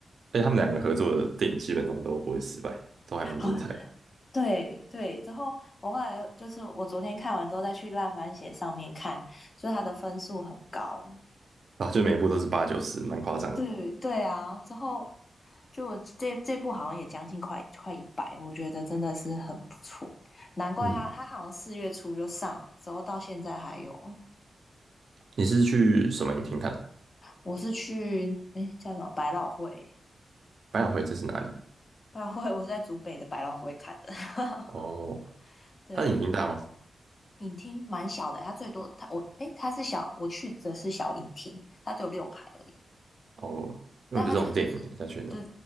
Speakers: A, on the right; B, on the left.
A: 而且他们两个合作的电影基本上都不会失败，
B: 嗯，
A: 都还蛮精彩的。
B: 好，对对。之后我后来就是我昨天看完之后再去烂番茄上面看，所以它的分数很高。
A: 啊，就每一部都是八九十，蛮夸张的。
B: 对对啊，之后就我这这部好像也将近快快一百，我觉得真的是很不错。难怪他他好像四月初就上了，
A: 嗯，
B: 之后到现在还有。
A: 你是去什么影厅看的？
B: 我是去哎叫什么百老汇，
A: 百老汇这是哪里？
B: 百老汇我是在竹北的百老汇看的。<laughs>
A: 哦，
B: 对，
A: 它的影厅大吗？
B: 影厅蛮小的，它最多它我诶，它是小，我去的是小影厅，它只有六排而已。
A: 哦，因为我觉得这种电影要去那种，
B: 但它这个就是就